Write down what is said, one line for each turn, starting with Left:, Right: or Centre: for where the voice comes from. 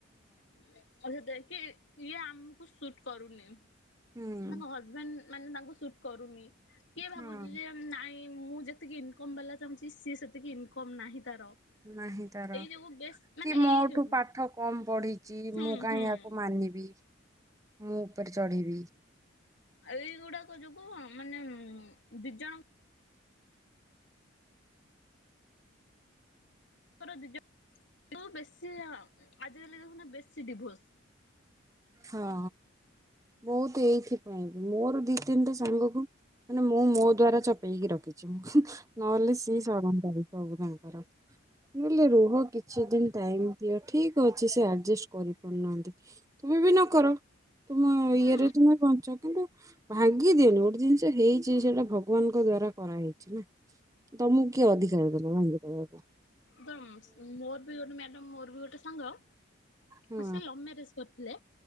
Left: <unintelligible> ଇଏ ଆମକୁ ସୁଟ୍ କରୁନି।
Right: ହୁଁ।
Left: ତାଙ୍କ ହଜବେଣ୍ଡ ମାନେ ତାଙ୍କୁ ସୁଟ୍ କରୁନି କିଏ
Right: ହଁ
Left: ଭାବୁଛି ଯେ ନାଇଁ। ମୁଁ ଯେତିକି ଇନକମ୍ ବାଲା ଚାହୁଁଛି ସିଏ ସେତିକି ଇନକମ୍ ନାହିଁ ତାର।
Right: ନାହିଁ ତାର।
Left: ଏଇ ଯୋଗୁ ବେଶ ମାନେ
Right: କି ମୋ
Left: ଏଇ ଯୋଗୁ
Right: ଠୁ ପାଠ କମ ପଢିଛି
Left: ହୁଁ
Right: ମୁଁ କାହିଁ
Left: ହୁଁ।
Right: ଏହାକୁ ମାନିବି। ମୁଁ ଉପରେ ଚଢିବି।
Left: ଏଇଗୁଡାକ ଯୋଗୁ ମାନେ ଦି ଜଣ <unintelligible> ବେଶୀ ଆଜିକାଲି ଦେଖୁ ନ ବେଶୀ ଡିଭୋର୍ସ।
Right: ହଁ ବହୁ ତ ଏଇଥିପାଇଁ ବି ମୋର ଦି ତିନିଟା ସାଙ୍ଗକୁ ମାନେ ମୁଁ ମୋ ଦ୍ଵାରା ଚପେଇକି ରଖିଛି ନହେଲେ ସିଏ ସଡ଼ନ୍ତା ସବୁ ତାଙ୍କର। ବୋଇଲେ ରୁହ କିଛି ଦିନ ଟାଇମ ଦିଅ ଠିକ ଅଛି ସେ ଆଡଜଷ୍ଟ କରିପାରୁନାହାନ୍ତି। ତୁମେ ବି ନ କର ତୁମ
Left: ହୁଁ
Right: ଇଏରେ ତମେ ବଞ୍ଚ କିନ୍ତୁ ଭାଙ୍ଗି ଦିଅନୁ ଗୋଟେ ଜିନିଷ ହେଇଛି ସେଟା ଭଗବାନଙ୍କ ଦ୍ଵାରା କରାହେଇଛି ନା। ତମକୁ କିଏ ଅଧିକାର ଦେଲେ ଭାଙ୍ଗି ଦେବା।
Left: ତ <unintelligible> ମୋର। ଗୋଟେ ମ୍ୟାଡମ ମୋର ବି ଗୋଟେ ସାଙ୍ଗ
Right: ହଁ
Left: ସେ ଲଭ ମ୍ୟାରେଜ କରିଥିଲେ।